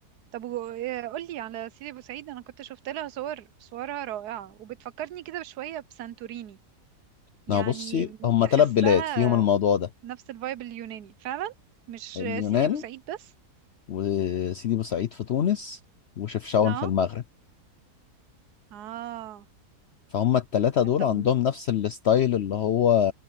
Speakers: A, on the right; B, on the left.
A: طب و- آه، قولي على سيدي بوسعيد انا كنت شفت لها صور صورها رائعة وبتفكرني كده بشوية بسانتوريني يعني
B: ما بصي هم
A: تحسها
B: ثلاث بلاد فيهم الموضوع ده
A: نفس الفايب اليوناني فعلا مش
B: اليونان
A: سيدي بوسعيد بس
B: وسيدي بورسعيد في تونس وشفشاون
A: اه
B: في المغرب
A: اه
B: فهم الثلاثة دول
A: طب
B: عندهم نفس الستايل اللي هو